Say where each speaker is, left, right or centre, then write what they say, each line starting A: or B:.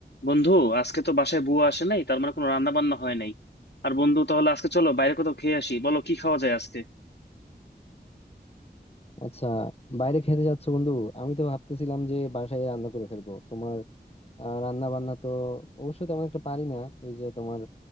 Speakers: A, on the left; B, on the left.
A: বন্ধু আজকে তো বাসায় বুয়া আসে নাই তার মানে কোনো রান্না বান্না হয় নাই আর বন্ধু তাহলে আজকে চলো বাইরে কোথাও খেয়ে আসি বলো কি খাওয়া যায় আজকে
B: আচ্ছা বাইরে খেতে যাচ্ছ বন্ধু আমি তো ভাবতেছিলাম যে বাসায় রান্না করে ফেলবো তোমার আহ, রান্না বান্না তো অবশ্য তেমন একটা পারি না এই যে তোমার